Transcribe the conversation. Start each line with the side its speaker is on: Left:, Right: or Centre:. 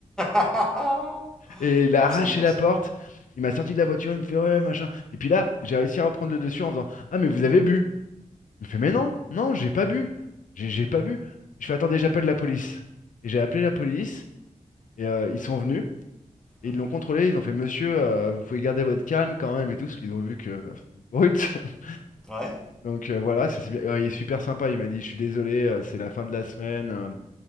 Centre: <laughs> ah ah.
Left: Et il a
Centre: Ah,
Left: arraché
Centre: c'est bien
Left: la
Centre: ça
Left: porte. Il m'a sorti de la voiture, il me fait ouais, machin. Et puis là, j'ai réussi à reprendre le dessus en faisant Ah, mais vous avez bu. Il me fait Mais non, non, j'ai pas bu. J'ai j'ai pas bu. Je fais Attendez, j'appelle la police. Et j'ai appelé la police et euh, ils sont venus et
Centre: Mhm.
Left: ils l'ont contrôlé. Ils ont fait Monsieur, euh, vous pouvez garder votre calme quand même et tout, parce qu'ils ont vu que euh, c'était une brute. <laughs>
Centre: ouais
Left: Donc euh, voilà, c'est c'est bien. Euh, Il est super sympa. Il m'a dit Je suis désolé, euh, c'est la fin de la semaine. euh,